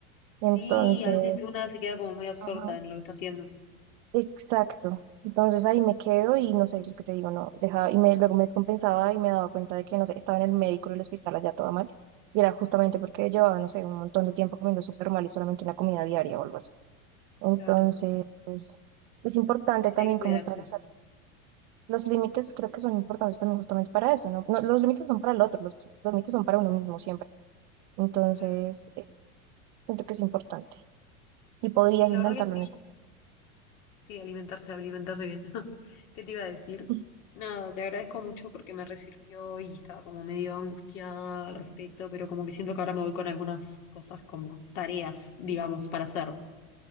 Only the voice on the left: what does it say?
Sí,
a veces una se queda como muy absorta
en lo que está haciendo.
Claro.
Sí,
hay que cuidarse.
Claro.
Sí, la
verdad que sí.
Sí, alimentarse, alimentarse bien. <laughs> ¿Qué te iba a decir?
Nada, te agradezco mucho porque me resirvió y estaba como medio angustiada al respecto, pero como que siento que ahora me voy con algunas cosas como tareas, digamos, para hacer.